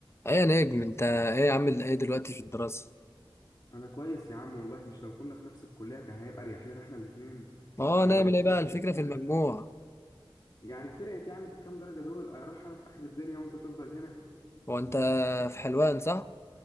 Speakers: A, on the left; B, on the left.
A: ايه يا نجم انت ايه عامل ايه دلوقتي في الدراسة
B: انا كويس يا عم والله مش لو كنا في نفس الكليه كان هيبقى اريح لنا احنا الاثنين
A: اه
B: بدل
A: نعمل
B: ما
A: ايه بقى
B: كل واحد
A: الفكرة
B: فينا
A: في المجموع
B: يعني فرقت يعني في الكام درجه دول اروح انا في اخر الدنيا وانت تفضل هنا
A: هو انت في حلوان صح